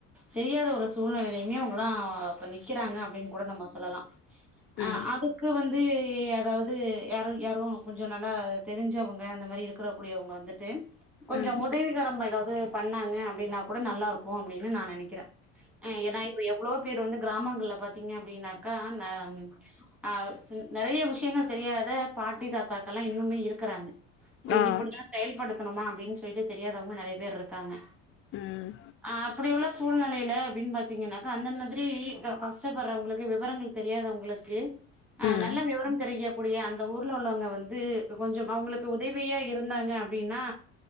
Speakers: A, in the centre; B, on the left.
A: தெரியாத ஒரு சூழ்நிலைலேமே அவங்களா இப்ப நிக்கிறாங்க அப்டின் கூட நம்ம சொல்லலா அ
B: ம்
A: அது கு வந்து யாராவது யாரு யாரு கொஞ்சோ நல்லா தெரிஞ்சவங்க அந்த மாரி இருக்ற கூடியவங்க வந் து கொஞ்சோ
B: ம் ம்
A: உதவிகரம் ஏதாவ்து பண்ணாங்க அப்டின்னா கூட நல்லா இருக்கு அப்டினு நா நெனைக் கிறே அ ஏனா எவ்ளோ பேர் வந்து கிராமங்கள்ல பாத்தீங்க அப்படின்னாக்கா ந ஆ சு நெறைய விஷயங்கள் தெரியாத பாட்டி தாத்தாக்கெல்லா இன்னுமே இருக்குறாங்க இப்ப இது
B: ஆ
A: இப்டிதா செயல்படுத்தணுமா அப்டின் சொல்ட்டு தெரியாதவங்க நெறைய பேர் இருக்காங்க
B: ம்
A: ஆ அப்படி உள்ள சூழ்நிலையில அப்டின் பாத்தீங்கன்னாக்கா அந்த மாதிரி க கஷ்டப்படுறவங்களுக்கு விவரங்கள் தெரியாதவங்களுக்கு ஆ
B: ம்
A: நல்ல விவரம் தெரிய கூடிய அந்த ஊர்ல உள்ளவங்க வந்து கொஞ்சம் அவங்களுக்கு உதவியா இருந்தாங்க அப்டின்னா